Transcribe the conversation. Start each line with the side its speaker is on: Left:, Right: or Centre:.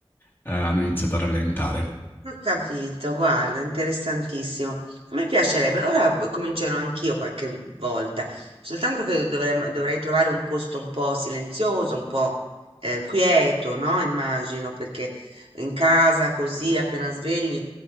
Left: eh, hanno iniziato a rallentare.
Right: Ho capito, guarda, interessantissimo. A me piacerebbe, ora p- comincerò anch'io qualche volta, soltanto che dovrem- dovrei trovare un posto un po' silenzioso, un po' eh, quieto, no? Immagino, perché in casa così appena svegli,